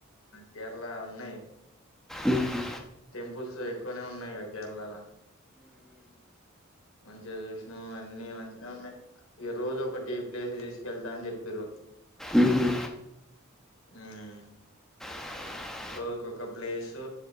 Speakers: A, on the left; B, in the centre.
A: కేరళ ఉన్నాయి
B: ఉహూ
A: టెంపుల్స్ ఎక్కువనే ఉన్నాయి గా కేరళలో మంచిగా చూసినామ్ అన్ని మంచిగనే ఉన్నాయి ఇగ ఈ రోజు ఒకటి ప్లేస్ తీసుకెళ్తా అని చెప్పిర్రు
B: ఉహూ
A: ఉమ్
B: <inaudible>
A: రోజుకోక ప్లేసు